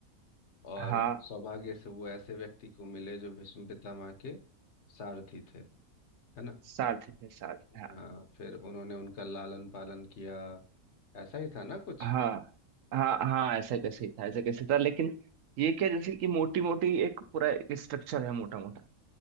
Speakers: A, on the left; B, on the right.
A: और
B: हाँ
A: सौभाग्य से वो ऐसे व्यक्ति को मिले जो भीष्म पितामह के सारथी थे है ना
B: सारथी थे सारथी हाँ
A: हाँ फिर उन्होंने उनका लालन पालन किया ऐसा ही था ना कुछ
B: हाँ हाँ हाँ ऐसा कैसे ही था ऐसा कैसे था लेकिन ये क्या जैसे कि मोटी मोटी एक पूरा स्ट्रक्चर है मोटा मोटा